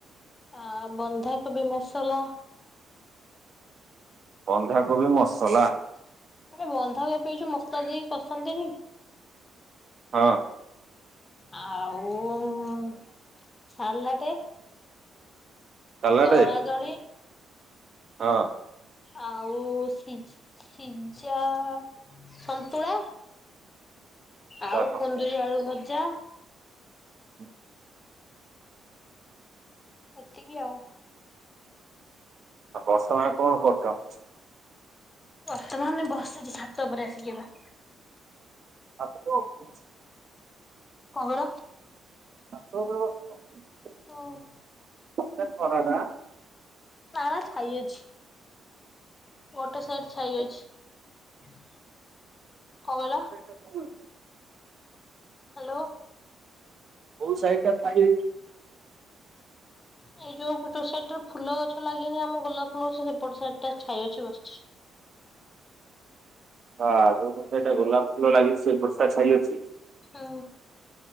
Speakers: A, on the left; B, on the right.
A: ଆ ବନ୍ଧାକୋବି ମସଲା
B: ବନ୍ଧାକୋବି ମସଲା?
A: ଆବେ ବନ୍ଧାକୋବି ଏ ଯୋଉ ମସଲା ଦେଇକି କସନ୍ତିନି।
B: ହଁ
A: ଆଉ ସାଲାଟେ
B: ସାଲାଡେ
A: ଦଳା ଦଳି
B: ହଁ।
A: ଆଉ ସି ସିଝା ସନ୍ତୁଳା
B: ତା
A: ଆଉ କୁନ୍ଦୁରି ଆଳୁ ଭଜା।
B: ହ
A: ଏତିକି ଆଉ।
B: ଆଉ ବର୍ଷା ପାଗରେ କଣ କରୁଛ?
A: ବର୍ତ୍ତମାନ ବସିଛି ଛାତ ଉପରେ ଆସିକିି ବା।
B: <unintelligible>
A: କଣ କହିଲ?
B: ଛାତ ଉପରେ ବସିଛ?
A: ଓହ
B: ଉପରେ ଖରାଟା।
A: ନା ନା ଛାଇ ଅଛି। ଗୋଟେ ସାଇଟ ଛାଇ ଅଛି କଣ କହିଲ?
B: <unintelligible>
A: ହ୍ୟାଲୋ।
B: କୋଉ ସାଇଟ୍ ଟା ଛାଇ ହେଇଛି?
A: ଏଇ ଯୋଉ ପଟ ସାଇଟ୍ ରେ ଫୁଲ ଗଛ ଲାଗେନି ଆମ ଗୋଲାପ ଫୁଲ ଗଛ ସେପଟ ସାଇଟ୍ ଟା ଛାଇ ଅଛି ବସିଛି।
B: ହଁ ଯୋଉ ପଟ ଟା ଗୋଲାପ ଫୁଲ ଲାଗିଛି ସେଇ ପଟ ଟା ଛାଇଅଛି।
A: ହଁ।